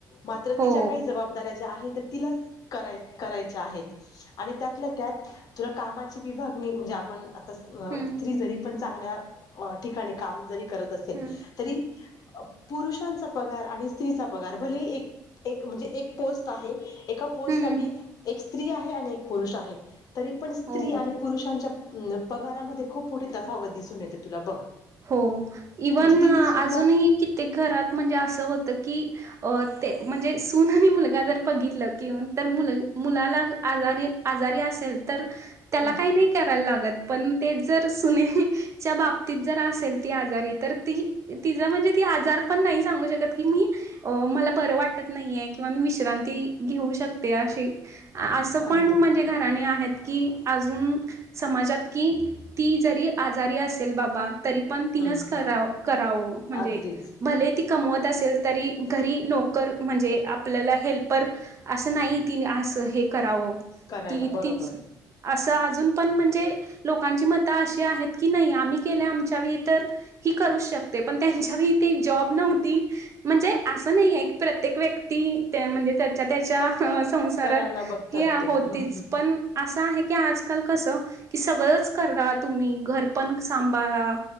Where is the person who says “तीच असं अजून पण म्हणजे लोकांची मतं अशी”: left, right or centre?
Right